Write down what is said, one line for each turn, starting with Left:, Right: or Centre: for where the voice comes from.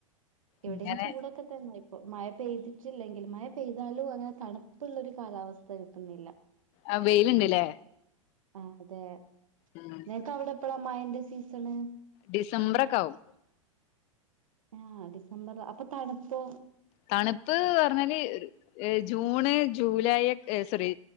Right: ഇവിടെയും
Left: അങ്ങനെ
Right: ചൂടൊക്ക ക്കെ തന്നെ ഇപ്പ മഴ പെയ്തിട്ടില്ലെങ്കിൽ മഴ പെയ്താലും അങ്ങന തണുപ്പുള്ളോരു കാലാവസ്ഥ കിട്ടുന്നില്ല
Left: ആഹ് വെയില് ണ്ട്ലെ
Right: ആഹ് അതെ
Left: ആഹ്
Right: നിനക്ക് അവിടെ എപ്പളാ മഴന്റെ സീസണ്
Left: ഡിസംബർ ഒക്കെ ആഉം
Right: ആഹ് ഡിസംബർ അപ്പൊ തണുപ്പോ
Left: തണുപ്പ് പറഞ്ഞാല് ഏഹ് ജൂണ് ജൂലൈ സോറി